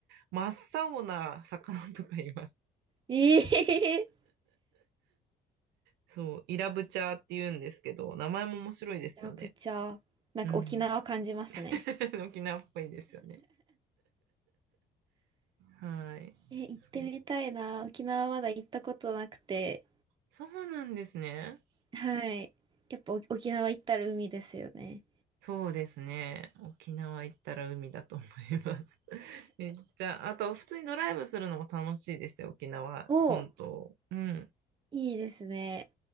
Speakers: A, on the right; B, on the right.
A: 真っ青な魚とかいます。
B: ええ
A: そう、イラブチャーって言うんですけど、名前も面白いですよね。
B: イラブチャー。なんか沖縄感じますね。
A: うん。<laughs> 沖縄っぽいですよね。はい。
B: え、行ってみたいな。
A: そう。
B: 沖縄まだ行ったことなくて。
A: そうなんですね。
B: はい。やっぱお沖縄行ったら海ですよね。
A: そうですね。沖縄行ったら海だと思います。<laughs> めっちゃ、あと、普通にドライブするのも楽しいですよ、沖縄本島。
B: お、
A: うん、
B: いいですね。